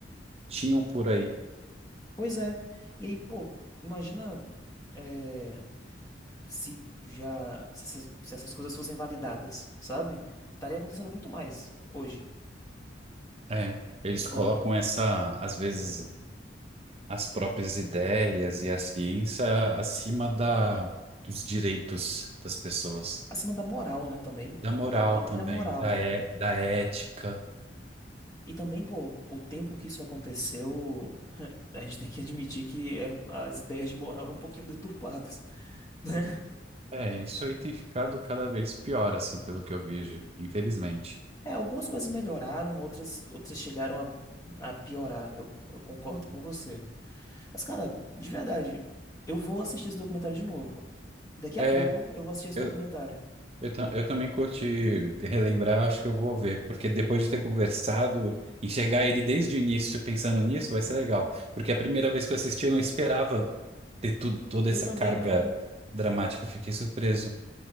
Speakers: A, on the right; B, on the left.
A: tinham por aí.
B: Pois é. E aí, pô, imagina. é, se já se essas, se essas coisas fossem validadas, sabe? Estaria acontecendo muito mais hoje.
A: É, eles
B: Não,
A: colocam essa, às vezes, as próprias ideias e a ciência acima da, dos direitos das pessoas,
B: acima da moral, né, também,
A: da moral
B: da própria
A: também,
B: moral.
A: da, é, da ética.
B: E também, pô, o tempo que isso aconteceu, <laughs> a gente tem que admitir que eram as ideias de moral eram um pouquinho deturpadas, <laughs> né?
A: É, isso aí tem ficado cada vez pior, assim, pelo que eu vejo, infelizmente.
B: É, algumas coisas melhoraram, outras outras chegaram a, a piorar. Eu, eu concordo com você. Mas, cara, de verdade, eu vou assistir esse documentário de novo. Daqui
A: É,
B: a pouco eu vou assistir esse
A: eu,
B: documentário.
A: eu, ta- eu também curti relembrar, eu acho que eu vou ver, porque depois de ter conversado, enxergar ele desde o início pensando nisso vai ser legal. Porque a primeira vez que eu assisti, eu não esperava ter tudo, toda
B: Eu
A: essa
B: também
A: carga
B: não.
A: dramática, eu fiquei surpreso.